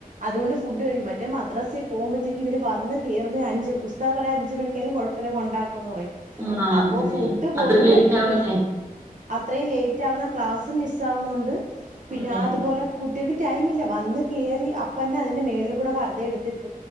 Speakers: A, on the right; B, on the right.
A: അതു കൊണ്ട് ഫു ഫുഡ് കഴി മറ്റേ മദ്രസ്സിൽ പോവു മ്പഴത്തേക്കെ ഇവരു വന്നു കേറുന്നേ അഞ്ച് ഉസ്ത്താദ് പറയാ അഞ്ച് മണിക്കാലും കൊഴപ്പില്ല കൊണ്ടാക് ക്കെന്നു പറയും
B: ആഹ് അതന്നെ
A: അപ്പൊ ഫുഡ്ഡു പോലും
B: അത്ര ലേറ്റ്
A: കഴിക്കീൽ
B: ആവല്ലേ
A: അത്രയും ലേറ്റാവുന്ന ക്ലാസ്സും മിസ് ആവുന്നുണ്ട്, പിന്നെ
B: അതെ
A: ആ അതുപോലെ
B: അതെ
A: കുട്ടികി ക്ക് ടൈമില്ല വന്ന് കേറി അപ്പന്നെ അതിന്റെ മേളിൽകൂടെ പർദ്ദ എടുത്തിട്ട്.